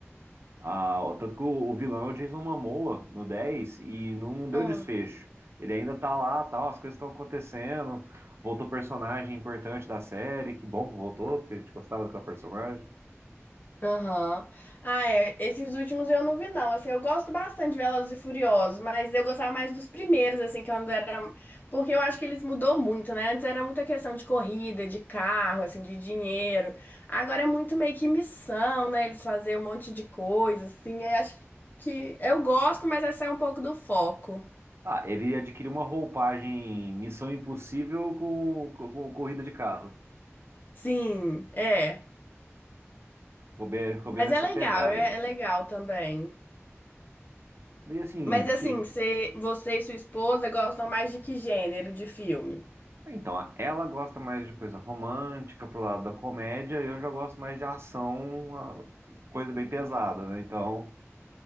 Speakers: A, on the right; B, on the left.
A: Ah, tanto que o, o vilão é o Jason Momoa no 10 e não, não deu
B: Ah,
A: desfecho. Ele ainda tá lá, tal, as coisas estão acontecendo. Voltou personagem importante da série, que bom que voltou, porque a gente gostava daquela personagem.
B: Aham. Ah, é. Esses últimos eu não vi, não. Assim, eu gosto bastante de Velozes e Furiosos, mas eu gostava mais dos primeiros, assim, que quando era... um, Porque eu acho que eles mudou muito, né? Antes era muita questão de corrida, de carro, assim, de dinheiro. Agora é muito meio que missão, né? Eles fazerem um monte de coisa, assim. Eu acho que... Eu gosto, mas aí sai um pouco do foco.
A: Ah, ele adquiriu uma roupagem Missão Impossível com, com, com corrida de carro.
B: Sim, é.
A: Ficou bem, ficou bem
B: Mas
A: nessa
B: é legal,
A: pegada.
B: é é legal também.
A: E assim,
B: Mas assim,
A: fi-
B: você, você e sua esposa gostam mais de que gênero de filme?
A: então, ela gosta mais de coisa romântica pro lado da comédia, e eu já gosto mais de ação, uma coisa bem pesada, né? Então,